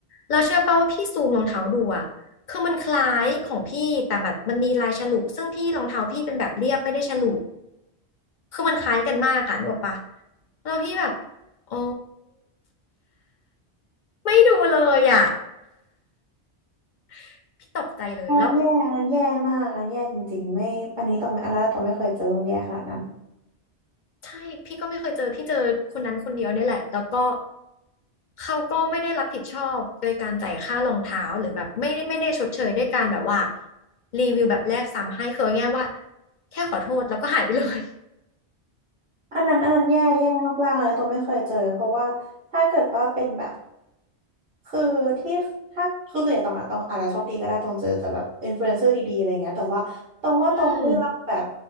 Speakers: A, on the left (about 55°); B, on the right (about 50°).
A: เราเชื่อป่ะว่าพี่ซูมรองเท้าดูอะ คือมันคล้ายของพี่แต่แบบมันมีลายฉลุซึ่งพี่รองเท้าพี่เป็นแบบเรียบไม่ได้ฉลุคือมันคล้ายกันมากอ่ะนึกออกปะแล้วพี่แบบโอ้ไม่ดูเลยอ่ะ <laughs> พี่ตกใจเลยแล้ว
B: อันนั้นแย่อันนั้นแย่มากอันนั้นแย่จริงๆไม่อันนี้ต้องไม่อันนั้นต้องไม่เคยเจอมันแย่ขนาดนั้น
A: ใช่พี่ก็ไม่เคยเจอพี่เจอคนนั้นคนเดียวเนี่ยแหละแล้วก็เขาก็ไม่ได้รับผิดชอบโดยการจ่ายค่ารองเท้าหรือแบบไม่ได้ไม่ได้ชดเชยด้วยการแบบว่ารีวิวแบบแรกซ้ำให้คือเอาง่ายๆว่าแค่ขอโทษแล้วก็หายไปเลย
B: อันนั้นอันนั้นแย่แย่มากๆเลยนะตัวไม่เคยเจอเพราะว่าถ้าเกิดว่าเป็นแบบคือที่ถ้าคือส่วนใหญ่ตองอะตองอาจจะโชคดีก็ได้ตองเจอแต่แบบอินฟลูเอนเซอร์ดีๆอะไรเงี้ยแต่ว่าตองว่าตองเลือกแบบ
A: <laughs> อืม